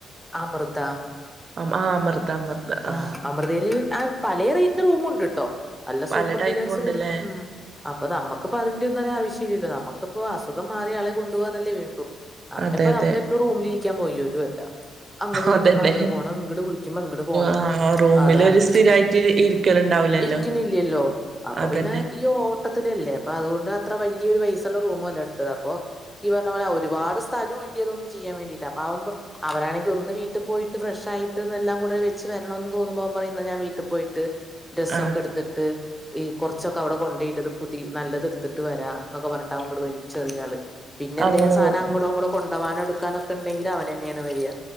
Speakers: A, in the centre; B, on the right.
A: അമൃത
B: ആഹ് ആഹ് അമൃത അമൃത
A: ആ
B: ആഹ്
A: അമൃതയിൽ ആ പല റേറ്റിന്റെ റൂമ് ഉണ്ട് കേട്ടോ നല്ല
B: പല
A: സൂ പ്പർ
B: ടൈപ്പ്
A: ഡീലക്സ്
B: ഉണ്ട്ല്ലേ
A: റൂമ് ഉം അപ്പൊ നമ്മുക്കിപ്പോ അതിന്റെ ഒന്നും ഒരു ആവശ്യമില്ലല്ലോ നമു ക്ക് ഇപ്പോ അസുഖം മാറിയ ആളെ കൊണ്ടുപോവാൻ അല്ലേ വേണ്ടു അതിനിപ്പോ
B: അതെ അതെ
A: നമ്മളിപ്പോൾ റൂമിലിരിക്കാൻ പോയതോ അല്ല അങ്ങട് വിളിക്കുമ്പോ
B: അതന്നെ
A: അങ്ങട് പോണം ഇങ്ങട് വിളിക്കുമ്പോ ഇങ്ങട്ട് പോണം
B: ആഹ് റൂമില്
A: അതാണ്
B: ഒരു സ്ഥിരായിട്ട് ഇരിക്കലുണ്ടാവില്ലല്ലോ
A: ഇരിക്കണില്ലല്ലോ അപ്പൊ
B: അതന്നെ
A: പിന്നെ ഈ ഓട്ടത്തിലല്ലേ അപ്പൊ അതുകൊണ്ട് അത്ര വലിയൊരു പൈസയുള്ള റൂമല്ല എടുത്തത് അപ്പൊ ഈ പറഞ്ഞ പോലെ ഒരുപാട് സ്ഥലവും ഇല്ല ഇതൊന്നും ചെയ്യാൻ വേണ്ടീട്ട് അപ്പൊ അവൻ പറ അവനാണെങ്കിൽ ഒന്ന് വീട്ടിൽ പോയിട്ട് ഫ്രഷ് ആയിട്ട്ന്ന് എല്ലാം കൂടെ വെച്ച് വരണം എന്ന് തോന്നുമ്പോ അവൻ പറയും എന്നാ ഞാൻ വീട്ടിൽ പോയിട്ട് ഡ്രസ്സൊക്കെ
B: ആഹ്
A: എടുത്തിട്ട് ഈ കുറച്ചൊക്കെ അവിടെ കൊണ്ടുപോയി ഇട്ടിട്ട് പുതി നല്ലത് എടുത്തിട്ട് വരാ എന്നൊക്കെ പറഞ്ഞിട്ട് ഇങ്ങോട്ട് വരും ചെറിയ ആള് പിന്നെ എന്തെിലും
B: അങ്ങനെ
A: സാധനം
B: പോകും
A: അങ്ങടോ ഇങ്ങടോ കൊണ്ടു പോവാനോ എടുക്കാനോ ക്ക് ഉണ്ടെങ്കിൽ അവൻ തന്നെയാണ് വരിക